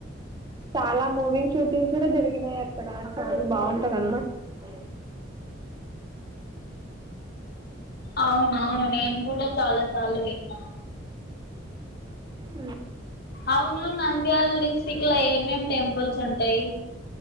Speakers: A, on the right (about 20°); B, on the left (about 55°).
A: చాలా మూవి షూటింగ్స్ కూడా జరిగినై అక్కడ మ్మ్ బాగుంటద అనమాట అ
B: అవునవును నేను కూడా చాలా సార్లు విన్నా
A: <inaudible>
B: అవును నంద్యాల్ డిస్టిక్లో ఏమేం టెంపుల్స్ ఉంటాయి